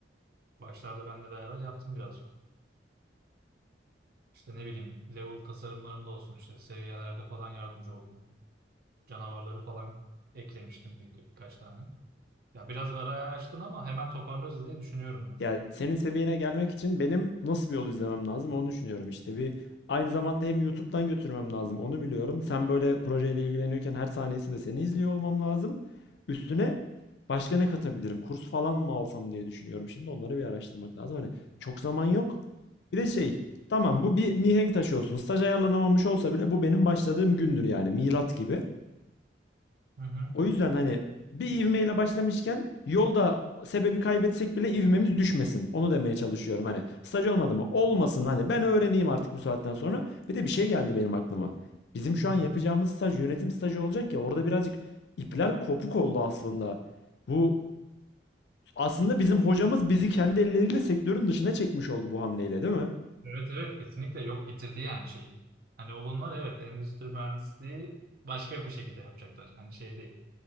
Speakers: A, on the right; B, on the left.
A: Başlarda benle beraber yaptım birazcık. İşte ne bileyim level tasarımlarında olsun işte seviyelerde falan yardımcı oldum. Canavarları falan eklemiştim bir, birkaç tane. Ya biraz araya açtın ama hemen toparlarız diye düşünüyorum ben.
B: Ya senin seviyene gelmek için benim nasıl bir yol izlemem lazım onu düşünüyorum işte. Bir aynı zamanda hem YouTube'dan götürmem lazım onu biliyorum. Sen böyle projeyle ilgileniyorken her saniyesinde seni izliyor olmam lazım. Üstüne başka ne katabilirim? Kurs falan mı alsam diye düşünüyorum. Şimdi onları bir araştırmak lazım. Hani çok zaman yok. Bir de şey tamam bu bir mihenk taşı olsun. Staj ayarlanamamış olsa bile bu benim başladığım gündür yani milat gibi.
A: Hı hı.
B: O yüzden hani bir ivmeyle başlamışken yolda sebebi kaybetsek bile ivmemiz düşmesin. Onu demeye çalışıyorum. Hani staj olmadı mı? Olmasın. Hani ben öğreneyim artık bu saatten sonra. Bir de bir şey geldi benim aklıma. Bizim şu
A: Hı-hı.
B: an yapacağımız staj yönetim stajı olacak ya orada birazcık ipler kopuk oldu aslında. Bu aslında bizim hocamız bizi kendi elleriyle sektörün dışına çekmiş oldu bu hamleyle değil mi?
A: Evet evet kesinlikle yok bitirdi yani şeyi. Hani o bunlar evet endüstri mühendisliği başka bir şekilde yapacaklar. Hani şey değil.